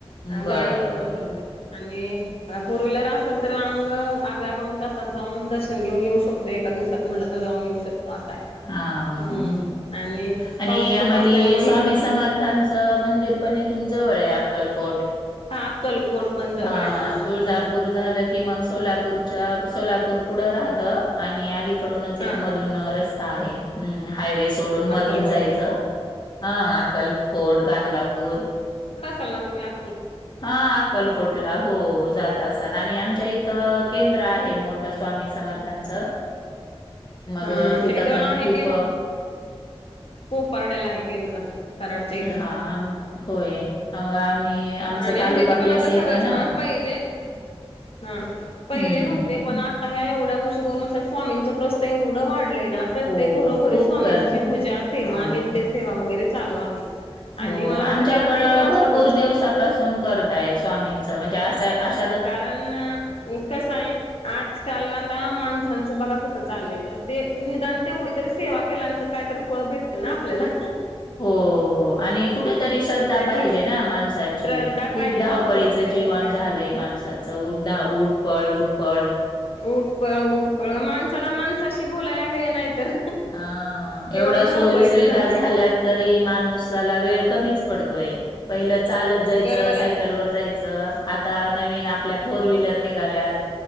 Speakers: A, on the left; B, on the left.
A: बरं
B: गाडीवरून
A: बरं
B: म्हटलं तर आणि फोर व्हीलर असेल तर आम्ही गं अर्ध्या पाऊन तासात जाऊन दर्शन घेऊन येऊ शक तो एका दिवसात म्हटलं तर जाऊन येऊ शकतो असा आहे
A: हा
B: हम्म आणि
A: आणि
B: पाऊस
A: आम्हाली
B: खूप असल्यामुळे
A: स्वामी
B: इकडं
A: समर्थांचं मंदिर पण इथून जवळ आहे अक्कलकोट.
B: हा अक्कलकोट पण जवळ
A: हा
B: आहे तुम्हाला
A: तुळजापूर
B: हो.
A: झालं की मग सोपूरच्या सोलापूर पुढे राहतं आणि अलीकडूनच
B: हा
A: एक मद दोनं रस्ता आहे हम्म हायवेस सोडून मधून
B: अक्कलकोटला
A: जायचं हा अक्कलकोट, गाणगापूर
B: चलणार तुम्या
A: हा अक्कलकोटला हो जात असतात आणि आमच्या इथं केंद्र आहे मोठा स्वामी समर्थांचं मगं
B: हा आमच्या
A: तिथं
B: इथं
A: पण
B: ना आहे
A: खूप अ
B: परडेला हाय केंद्र कराडच्या इथं
A: हा आम् होय अमगा आम्ही आमचा
B: आणि
A: तालुका
B: आमच्या इथं पण
A: प्लेस
B: आता
A: येतं
B: सर असणार
A: ना
B: पहिले हा पहिले
A: हं,
B: नव्हते
A: हं,
B: पण
A: हं.
B: आता ह्या एवढ्या वर्ष दोन वर्षात स्वामींच प्रस्त एवढं वाढ पलेना प्रत्येक
A: हो,
B: घरोघरी
A: खूप
B: स्वामींची
A: करतायत.
B: पूजा सेवा
A: हां.
B: नित्यसेेवा वगैरे चालू आहे. आणि
A: हो
B: मला
A: आमच्याकडं
B: वाटतं ते ते तर असावंच
A: भरपूर दिवसापासून
B: कारण
A: करताय स्वामींचं म्हणजे असं अशे
B: कारण उकसाय आजकाल आता माणसांचं बघा कसं चाललंय तर दे निदान तेवढी तरी सेवा केल्यांतर काहीतरी फळ भेटल ना आपल्याला.
A: हो हो आणि कुठं तरी श्रद्धा
B: त्याच्यावर
A: पाहिजे ना माणसाची
B: श्रद्धा
A: खूप
B: पाहिजे
A: धावपळीच
B: ना कुठ तरी
A: जीवन
B: मग काय
A: झालंय माणसा चौड्डा उठ पळ उठ पळ
B: उठ पळ उठ पळ माणसाला माणसाशी बोलायला वेळ नाही तर
A: हा
B: एवढं
A: एवढ्या
B: धावपळीच
A: सोयी सुुविधा
B: झालंय.
A: झाल्यात तरी माणूसाला वेळ कमीच पडतोय. पहिलं चालत जायचं
B: बरोबर आहे
A: सायकलवर
B: ना.
A: जायचं. आता नवीन आपल्या फोरव्हीलर निघाल्यात